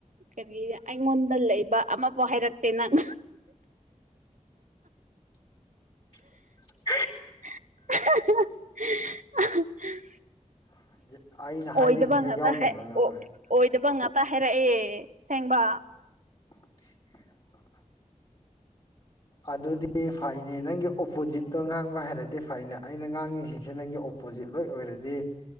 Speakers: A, on the right (about 75°); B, on the left (about 45°).
A: ꯀꯔꯤ ꯑꯩꯉꯣꯟꯗ ꯂꯩꯕ ꯑꯃꯕꯨꯥꯎ ꯍꯥꯏꯔꯛꯇꯦ ꯅꯪ
B: <unintelligible> <unintelligible>
A: <unintelligible>
B: <unintelligible> ꯍꯥꯏꯔꯤꯁꯤꯡꯁꯦ
A: ꯑꯣꯏꯗꯕ ꯉꯇ
B: ꯌꯥꯎꯗꯕ꯭ꯔꯥ ꯅꯪ
A: ꯑꯣꯏꯗꯕ ꯉꯇ ꯍꯥꯏꯔꯛꯑꯦ ꯁꯦꯡꯕ
B: <unintelligible> ꯑꯗꯨꯗꯤ ꯐꯩꯅꯦ ꯅꯪꯒꯤ ꯑꯣꯄꯣꯖꯤꯠꯇꯣ ꯉꯥꯡꯕ ꯍꯥꯏꯔꯗꯤ ꯐꯩꯅꯦ ꯑꯩꯅ ꯉꯥꯡꯉꯤꯁꯤꯡꯁꯤ ꯅ ꯑꯣꯄꯣꯖꯤꯠ ꯂꯣꯏ ꯑꯣꯏꯔꯗꯤ